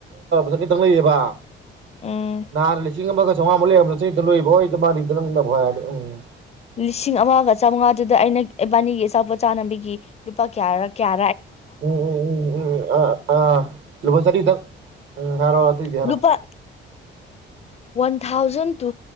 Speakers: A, on the right; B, on the left.
A: ꯑꯅꯤꯇꯪ ꯂꯩꯌꯦꯕ
B: ꯎꯝ
A: ꯅꯥꯍꯜ ꯂꯤꯁꯤꯡ ꯑꯃꯒ ꯆꯥꯑꯣꯉꯃꯨꯛ ꯂꯩꯔꯝꯕꯗꯨ ꯆꯦꯛ ꯆꯥꯂꯨꯏ ꯅꯣꯏꯗꯥ ꯃꯥꯅꯤꯗ ꯅꯡꯅ ꯑꯃꯨꯛ ꯍꯥꯏꯔꯗꯤ ꯎꯝ
B: ꯂꯤꯁꯤꯡ ꯑꯃꯒ ꯆꯥꯃꯉꯥꯗꯨꯗ ꯑꯩꯅ ꯏꯕꯥꯅꯤꯒꯤ ꯑꯆꯥꯄꯣꯠ ꯆꯥꯟꯅꯕꯤꯒꯤ ꯂꯨꯄꯥ ꯀꯌꯥꯔ ꯀꯌꯥ
A: ꯎꯝ ꯎꯝ ꯎꯝ ꯎꯝ ꯑ ꯑ ꯂꯨꯄ ꯁꯅꯤꯗ ꯎꯝ ꯍꯥꯏꯔꯣ ꯑꯇꯩꯗꯤ ꯍꯥꯏꯔꯣ
B: ꯅꯨꯨꯄꯥ one thousand two